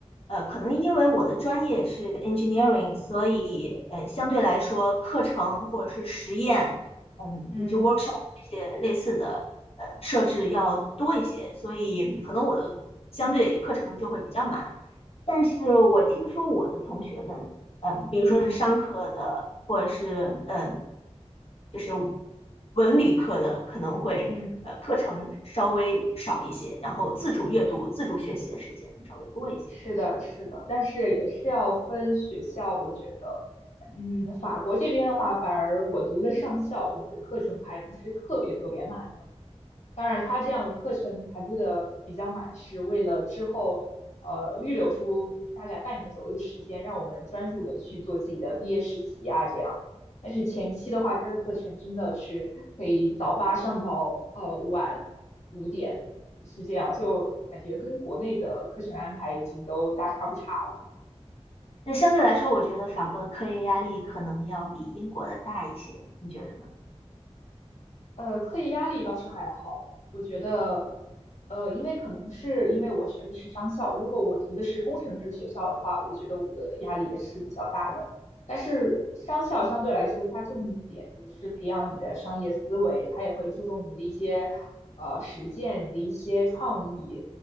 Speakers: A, on the left (about 60°); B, on the left (about 80°).
A: 呃，可能因为我的专业是 engineering，所以呃相对来说课程或者是实验。嗯，
B: 嗯
A: 以及 workshop 这些类似的呃设置要多一些，所以可能我的相对课程就会比较满。但是我听说我的同学们，嗯，比如说是商科的，
B: 嗯嗯，
A: 或者是嗯，就是文理科的，可能会呃课程稍微少一些，
B: 嗯
A: 然后自主阅读、自主学习的时间稍微多一些。
B: 是的，是的，但是也是要分学校，我觉得，嗯，法国这边的话，反而我读的上校，我们的课程排不是特别特别满，当然，它这样课程排布的比较满，是为了之后呃预留出大概半年左右的时间，让我们专注的去做自己的毕业实习啊这样。但是前期的话，它的课程真的是可以早八上到呃晚五点，是这样，就感觉跟国内的课程安排已经都大差不差了。
A: 那相对来说，我觉得法国的课业压力可能要比英国的大一些，你觉得呢？
B: 呃，课业压力倒是还好，我觉得，呃，因为可能是因为我学的是商校，如果我读的是工程师学校的话，我觉得我的压力也是比较大的。但是商校相对来说，它重点的是培养你的商业思维，它也会注重你的一些呃实践、你的一些创意，